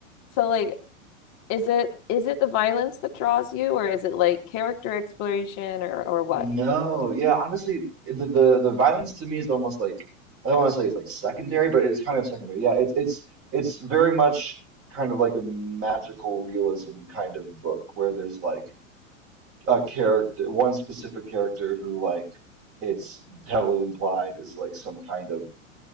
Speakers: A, on the left; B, on the right.
A: so like, is it is it the violence that draws you, or is it like character exploration, or or what?
B: No, yeah, honestly, the, the the violence to me is almost like I don't want to say it's like secondary, but it's kind of secondary. Yeah, it's it's it's very much kind of like a magical realism kind of book where there's like a character, one specific character who like it's heavily implied is like some kind of